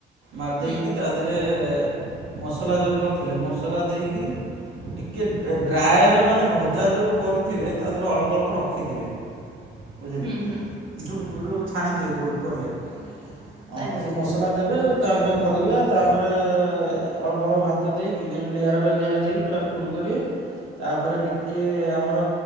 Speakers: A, on the right; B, on the right.
A: ମାରି
B: ହୁଁ
A: ଦେଇେଇକି ତା ଦେହରେ ମସଲା ଯେଉଁ କରିଥିଲେ ମସଲା ଦେଇକରି ଟିକେ ଡ୍ରାଏର ମାନେ ଭଜା ଯେଉଁ କରିଥିବେ ତାଦିହରୁ ଅଳପ ଅଳ୍ ରଖ ଶଖିଥିବେ ବୁଝିଲେ
B: ହୁଁ ହୁଁ
A: ଯେଁ ଯେଉଁ ଛାଣିଥିବେ ଯେଉଁ ପରିବା। ହଁ
B: ଆଜ୍ଞା
A: ସେ ମସଲା ଦେବେ ତାପ ପରିବା ତାପରେ ଅଳ୍ପ ଅଳ୍ପ ଭାତ ଦେଇକି ଲେୟାର ବାଇ ଲେୟାର ଦେଇ ପୁରା ଫୁଲକୁ ତାପରେ ଟିକେ ଆମର